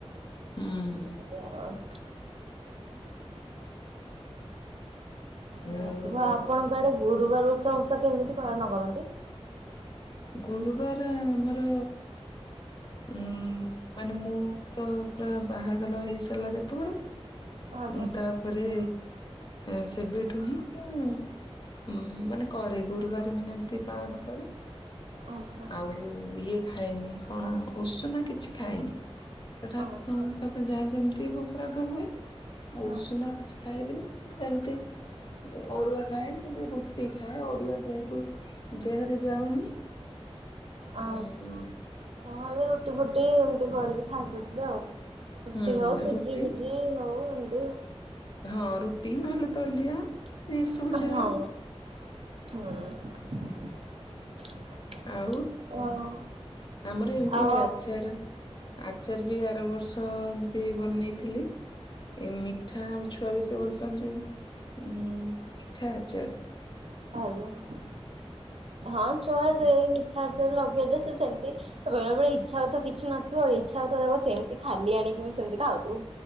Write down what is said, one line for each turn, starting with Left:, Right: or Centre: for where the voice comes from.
Left: ହୁଁ
Right: ଏମିତି ଆଉ। ଏଇଆ
Left: ଆଉ
Right: ସବୁ ଆପଣଙ୍କ ଆଡେ ଗୁରୁବାର ଉତ୍ସବ ଓଷା କେମିତି ପାଳନ କରନ୍ତି?
Left: ଗୁରୁବାର ଆମର ଉଁ ମାନେ ମୁଁ ତ ପୁରା ବାହାଘଲ ହେଇସାରିଲା ଯେତେବେଳେ
Right: ଆଜ୍ଞା
Left: ଉଁ ତା ପରେ ଏ ସେବେଠୁ ହିଁ ମୁଁ ଉଁ ମାନେ କରେ ଗୁରୁବାର ମାନେ ଏମିତି ପାଳନ କରେ।
Right: ଆଚ୍ଛା
Left: ଆଉ ଇଏ ଖାଏନି କଣ ଉଷୁନା କିଛି ଖାଏନି। ତ ଠାକୁରଙ୍କ
Right: ଆଚ୍ଛା
Left: ପାଖରେ ଯାହା ଯେମିତି ଭୋକରାଗ ହୁଏ ଆଉ
Right: ହଁ
Left: ଉଷୁନା କିଛି ଖାଇବିନି ସେମତି ଅରୁଆ ଖାଏ ନହେଲେ ରୁଟି ଖାଏ ଅରୁଆ ଯେହେତୁ ଦେହରେ ଯାଉନି
Right: ଆ
Left: ଉଁ
Right: ହଁ ଏବେ ରୁଟି ଫୁଟି ଏମିତି କରିକି ଖାଇପାରୁଥିବେ ଆଉ। ରୁଟି
Left: ହୁଁ
Right: ହେଉ ସୁଜି
Left: ରୁଟି
Right: ଭୁଜିି ହଉ ଏମିତି।
Left: ହଁ ରୁଟି ନ ହେଲେ ତ ଦଲିଆ।
Right: ହଁ
Left: ଏସବୁ ଯାହା
Right: ହୁଁ।
Left: ଆଉ
Right: ଆଉ
Left: ଆମର ଏମିତି
Right: ଆଉ
Left: ବି
Right: ହଁ
Left: ଆଚାର ଆ ଚାର ବି ଆର ବର୍ଷ ଏମତି ବନେଇଥିଲି। ଏ ମିଠା ଆମ ଛୁଆ ବି ସେ ଭଲ ପାଆନ୍ତି ଉ ମିଠା ଆଚାର।
Right: ହ। ହଁ ଛୁଆ ଯେ ମିଠା ଆଚାର ଲଗେଇଲେ ସେ ସେମତି ବେଳେ ବେଳେ ଇଚ୍ଛା ହଉତ କିଛି ନଥିବ ଇଚ୍ଛାଉ ସେମିତି ଖାଲି ଆଣିକି ବି ସେମିତି ଖାଉଥିବୁ।